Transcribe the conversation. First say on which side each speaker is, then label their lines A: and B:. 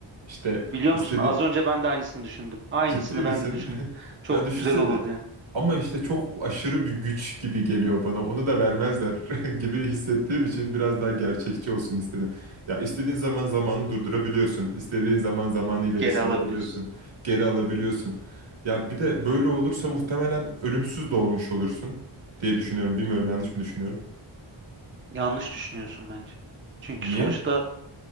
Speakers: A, on the right; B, on the right.
A: İşte
B: Biliyor
A: istediğim
B: musun az önce ben de aynısını düşündüm. Aynısını
A: Ciddi misin?
B: ben de düşündüm.
A: <laughs>
B: Çok
A: Ya düşünsene.
B: güzel olurdu yani.
A: Ama işte çok aşırı bir güç gibi geliyor bana. Onu da vermezler <laughs> gibi hissettiğim için biraz daha gerçekçi olsun istedim. Ya istediğin zaman zamanı durdurabiliyorsun. İstediğin zaman zamanı ileri
B: Geri
A: sarabiliyorsun.
B: alabiliriz.
A: Geri alabiliyorsun. Ya bir de böyle olursa muhtemelen ölümsüz de olmuş olursun diye düşünüyorum. Bilmiyorum yanlış mı düşünüyorum?
B: Yanlış düşünüyorsun bence. Çünkü
A: Niye?
B: sonuçta